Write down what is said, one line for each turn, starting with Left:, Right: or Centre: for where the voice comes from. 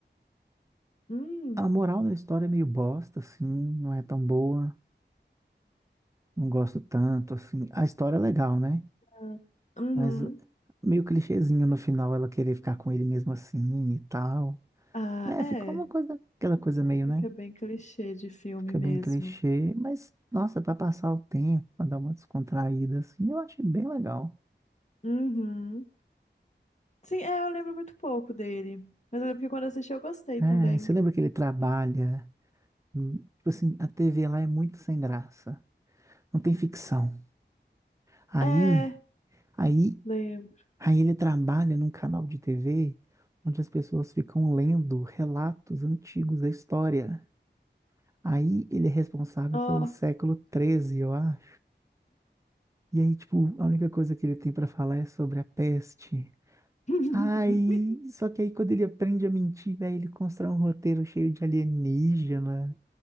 Left: Hum.
Right: A moral da história é meio bosta, assim, não é tão boa, não gosto tanto, assim. A história é legal, né?
Left: Ah. Uhum.
Right: Mas meio clichêzinho no final ela querer ficar com ele mesmo assim e tal.
Left: Ah,
Right: É,
Left: é.
Right: ficou uma coisa, aquela coisa meio,
Left: Fica
Right: né?
Left: bem clichê de filme
Right: Fica
Left: mesmo.
Right: bem clichê, mas nossa, pra passar o tempo, pra dar uma descontraída, assim, eu achei bem legal.
Left: Uhum. Sim, é, eu lembro muito pouco dele. Mas eu lembro que quando eu assisti eu gostei
Right: É,
Left: também.
Right: você lembra que ele trabalha? hum, Tipo assim, a TV lá é muito sem graça, não tem ficção. Aí.
Left: É,
Right: Aí
Left: lembro.
Right: Aí ele trabalha num canal de TV onde as pessoas ficam lendo relatos antigos da história. Aí ele é responsável
Left: Ó.
Right: pelo século XIII, eu acho. E aí, tipo, a única coisa que ele tem pra falar é sobre a peste.
Left: <laughs>
Right: Aí, só que aí quando ele aprende a mentir, velho, ele constrói um roteiro cheio de alienígena,